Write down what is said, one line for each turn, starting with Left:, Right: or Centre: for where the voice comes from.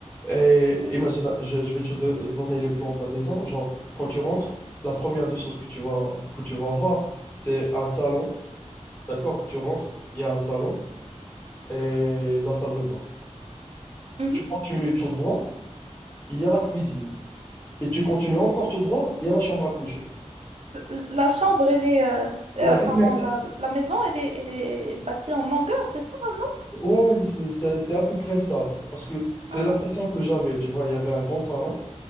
Left: Et
Right: mhm,
Left: imagine, je, je vais te do- donner les plans de la maison. Genre, quand tu rentres, la première des choses que tu vas, que tu vas voir, c'est un salon. D'accord? Tu rentres, il y a un salon et la salle de bain.
Right: mhm.
Left: Et tu continues tout droit, il y a la cuisine. Et tu continues encore tout droit, il y a la chambre à coucher.
Right: L- La chambre, elle est... euh, euh,
Left: La dernière-
Right: pardon, la, la maison, elle est, elle est bâtie en longueur, c'est ça, non?
Left: Ouais, ouais, c'est c'est- c'est à peu près ça. Parce que c'est
Right: Ah,
Left: l'impression que j'avais. Tu vois, il y avait un grand salon.